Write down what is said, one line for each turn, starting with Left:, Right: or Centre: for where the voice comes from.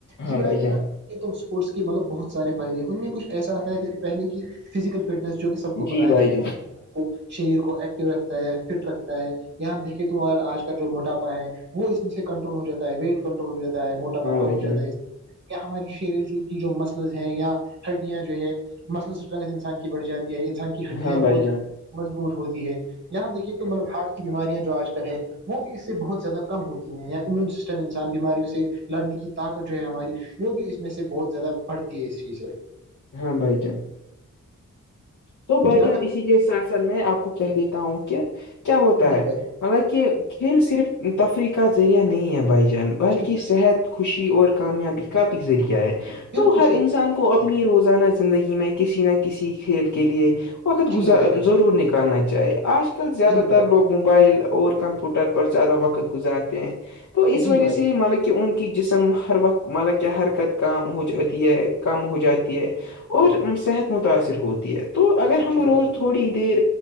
Left: ہاں
Right: جی بھائی
Left: جان
Right: یہ تم اسپورٹس کے مطلب بہت سارے فائد ہیں ان میں کچھ ایسا آتا ہے کہ پہلے فزیکل فٹنس جو کہ سب کو
Left: جی
Right: پتا ہے
Left: بھائی جان
Right: شریر کو ایکٹو رکھتا ہے فٹ رکھتا ہے یہاں ہم دیکھے تو آج کل جو موٹاپا ہے وہ اس میں سے کنٹرول ہو جاتا ہے ویٹ کنٹرول ہو جا ہے م پا
Left: ہاں
Right: کم
Left: بھائی
Right: ہو
Left: جان
Right: جاتا ہے ہماریے شری کی جو مسلز ہیں یا ہڈیاں جو ہے مسلٹرنگھ انسان کی بڑھ جاتی ہے انسان کی ہڈیاں
Left: ہاں
Right: بہت
Left: بھائی جان
Right: مضبوط ہوتی ہے یہاں ہم دیکھیے تو مطلب ہارٹ کی بیماریاں جو آج کل ہے وہ بھی اس سے بہت زیادہ کم ہوتی ہیں یا امیون سسٹم انسان بیماریوں سے لڑنے کی طاقت جو ہے ہماری وہ بھی اس میں سے بہت زیادہ بڑھتی ہے اس چیز میں
Left: ہاں بھائی جان تو بھائی
Right: جی
Left: جان
Right: اگر
Left: اسی کے ساتھ ساتھ میں آپ کو کہ دیتا ہوں کہ کیا ہوتا
Right: جی
Left: ہے
Right: بھائی
Left: مطلب کہ کھیل صرف تفریح کا ذریعہ نہیں ہے بھائی جان بلکہ
Right: جی بھائی
Left: صحت خوشی اور کامیابی کا بھی ذریعہ ہے تو
Right: بالکل
Left: ہر
Right: صحیح
Left: انسان کو کو اپنی روزانہ زندگی میں کسی نہ کسی کھیل کے لئے وقت
Right: جی
Left: گزار
Right: بھائی جان
Left: ضرور نکال کرنا چاہیے آج کل زیادہ
Right: جی بھائی
Left: تر لوگ موبائل اور کمپیوٹر پر زیادہ وقت گزارتے ہیں تو اس
Right: جی
Left: وجہ
Right: بھائی
Left: سے یہ ملک کہ ان کی جسم ہر وقت مطلب کہ حرکت کام ہو ج ہے کم ہو جاتی ہے
Right: بالکل
Left: اور
Right: صحیح
Left: صحت متاأثر ہوتی ہے تو اگر ہم
Right: جی
Left: روز
Right: بھائی
Left: تھوڑی دیر